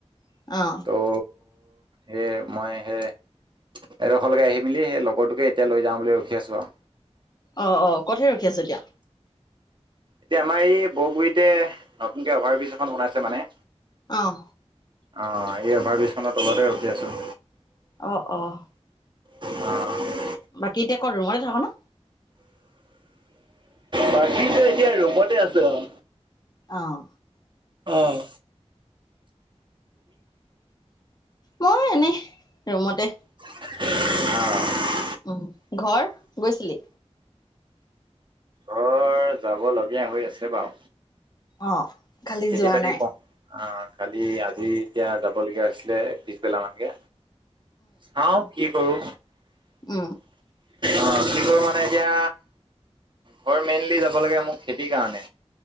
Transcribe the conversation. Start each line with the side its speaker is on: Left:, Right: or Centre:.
Left: অ',
Right: তহ হে মই হে এডোখৰলৈকে আহি মেলি সেই লগৰটোকে এতিয়া লৈ যাওঁ বুলি ৰখি আছোঁ আৰু
Left: অ অ কতহে ৰখি আছ এতিয়া।
Right: এতিয়া আমাৰ এই বৰগুৰিতে নতুনকে অভাৰ ব্ৰীজ এখন বনাইছে মানে।
Left: অহ।
Right: অ এই অভাৰ ব্ৰীজ খনৰ তলতে ৰখি আছো।
Left: অ' অঁ।
Right: অ।
Left: বাকী এতিয়া কত ৰুমতে থাক না
Right: বাকীতো এতিয়া ৰুমতে আছো আও।
Left: অহ।
Right: অহ।
Left: মই এনেই ৰুমতে।
Right: অ।
Left: উ ঘৰ গৈছিলি।
Right: ঘৰ যাব লগীয়া হৈ আছে বাও।
Left: অ', কালি
Right: খেতি
Left: যোৱা
Right: বাতি
Left: নাই।
Right: ক অ। কালি আজি এতিয়া যাব লগগীয়া হৈছিলে পিছবেলা মান কে। চাও কি কৰো।
Left: উ।
Right: অ কিন্তু মানে এতিয়া। ঘৰ মেইনলি যাব লাগে মোক খেতিৰ কাৰণে।